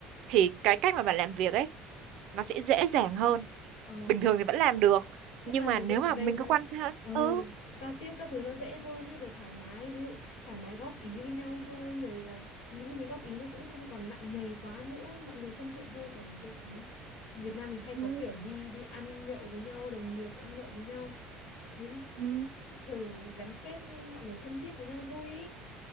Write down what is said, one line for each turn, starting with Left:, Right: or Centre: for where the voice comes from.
Right: thì cái cách mà bạn làm việc ấy nó sẽ dễ dàng hơn
Left: ờ
Right: bình thường thì vẫn làm được
Left: vẫn
Right: nhưng
Left: làm
Right: mà
Left: được
Right: nếu
Left: nhưng
Right: mà
Left: mà đây
Right: mình
Left: nó
Right: có quan hệ
Left: ờ
Right: ừ,
Left: giao tiếp các thứ nó dễ hơn ấy rồi thoải mái ví dụ thoải mái góp ý với nhau hơn rồi là những cái góp ý nó cũng không còn nặng nề quá nữa mọi người thân thiện hơn ở tôi thấy Việt Nam mình hay
Right: ừ,
Left: có kiểu đi đi ăn nhậu với nhau đồng nghiệp ăn nhậu với nhau thấy
Right: ừ.
Left: giờ gắn kết mọi người thân thiết với nhau vui ý